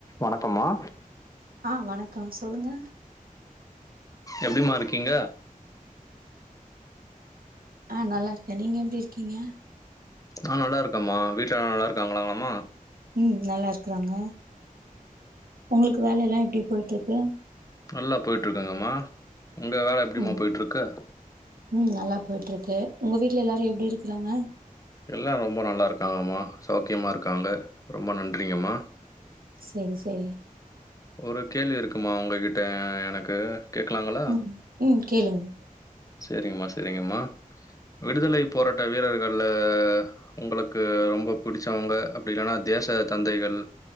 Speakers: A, on the left; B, on the right.
A: வணக்கம்மா
B: ஆ வணக்கோ சொல்லுங்க
A: எப்டிமா இருக்கீங்க
B: ஆ நல்லா இருக்கே நீங்க எப்டி இருக்கீங்க
A: ஆ நல்லா இருக்கேம்மா வீட்ல எல்லா நல்லா இருக்காங்களாங்கமா
B: ம் நல்லா இருக்கறாங்க உங்களுக்கு வேலெல்லா எப்டி போயிட்டுருக்கு
A: நல்லா போயிட்ருக்குங்கமா உங்க வேல எப்டிமா
B: ம்
A: போயிட்ருக்கு
B: ம் நல்லா போயிட்ருக்கு உங்க வீட்ல எல்லாரு எப்டி இருக்கறாங்க
A: எல்லா ரொம்ப நல்லாயிருக்காங்கம்மா சௌக்கியமாக இருக்காங்க ரொம்ப நன்றிங்கம்மா
B: செரி செரி
A: ஒரு கேள்வி இருக்குமா உங்ககிட்ட எனக்கு கேக்கலாங்களா
B: ம் ம் கேளுங்க
A: செரிங்கம்மா செரிங்கம்மா விடுதலை போராட்ட வீரர்கள்ல உங்களுக்கு ரொம்ப புடிச்சவங்க அப்டி இல்லனா தேச தந்தைகள்